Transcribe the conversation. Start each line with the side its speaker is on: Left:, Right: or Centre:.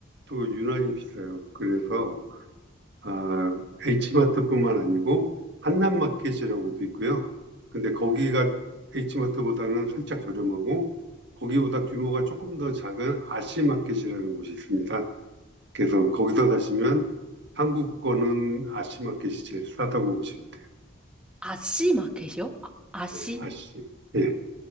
Right: 또 유난히 비싸요. 그래서 아, H마트뿐만 아니고 한남마켓이라고도 있고요. 근데 거기가 H마트보다는 살짝 저렴하고 거기보다 규모가 조금 더 작은 아시마켓이라는 곳이 있습니다. 그래서 거기서 사시면 한국 거는 아시마켓이 제일 싸다고 보시면 돼요.
Centre: 아씨 마켓이요? 아, 아씨?
Right: 예, 아씨. 예.